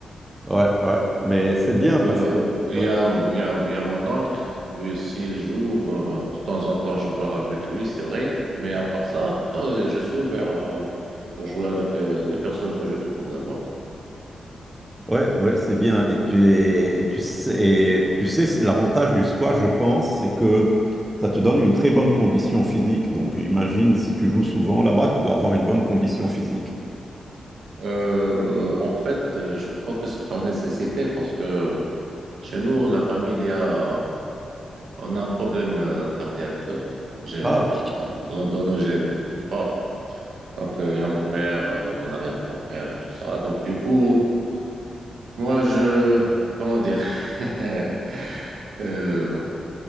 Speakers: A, on the right; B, on the right.
A: Ouais, ouais. Mais c'est bien parce
B: Euh,
A: que.
B: il
A: Ouais,
B: y a, il y a, il y a mon oncle, lui aussi il joue, de, de temps en temps je pars avec lui, c'est vrai, mais à part ça, euh, je suis ouvert euh, pour jouer avec euh, les personnes que je trouve là-bas.
A: ouais, ouais, c'est bien. Et tu es- tu sais, et tu sais, c'est l'avantage du squash, je pense, c'est que ça te donne une très bonne condition physique. Donc, j'imagine, si tu joues souvent là-bas, tu dois avoir une bonne condition physique.
B: Euh, euh, en fait, euh, je crois que c'est par nécessité parce que chez nous, la famille, il y a, on a un problème euh, cardiaque euh, j'ai-
A: Ah,
B: enfin, dans, dans nos gènes, tu vois. Donc, euh, il y a mon père, euh, mon arrière-grand-père et tout ça. Donc, du coup, Moi, je, comment dire, <laughs> Euh,